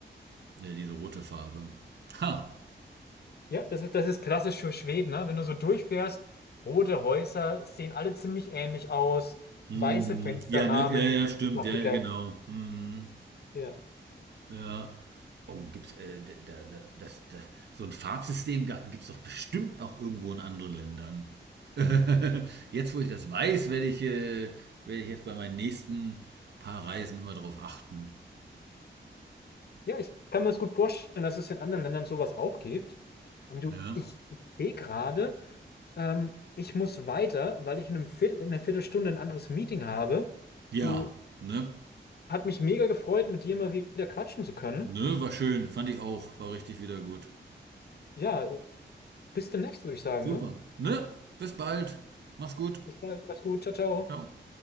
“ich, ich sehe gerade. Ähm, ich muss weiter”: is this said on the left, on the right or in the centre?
Left